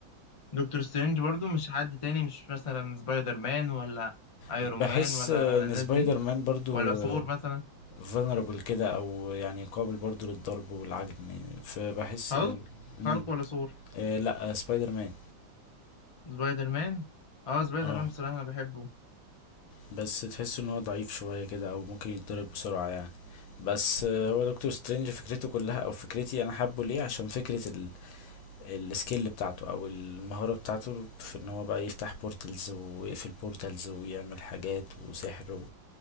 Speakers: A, on the left (about 50°); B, on the left (about 80°).
A: دكتور سترينج برضو مش حد تاني مش مثلا سبايدر مان ولا ايرون
B: بحس
A: مان ولا
B: آه،
A: ولا
B: ان
A: الناس
B: سبايدر
A: دي
B: مان برضو
A: ولا ثور مثلا
B: فولنربل كده او يعني قابل برضو للضرب والعجن فبحس
A: هالك
B: آه، مم.
A: هالك ولا ثور
B: آه، لا آه، سبايدر مان
A: سبايدر مان اه سبايدر
B: اه
A: مان بصراحة انا بحبه
B: بس تحس ان هو ضعيف شوية كده او ممكن يتضرب بسرعة يعني بس آه، هو دكتور سترينج فكرته كلها او فكرتي انا حابه ليه عشان فكرة السكيل بتاعته او المهارة بتاعته في ان هو بقى يفتح بورتلز ويقفل بورتلز ويعمل حاجات وسحر و...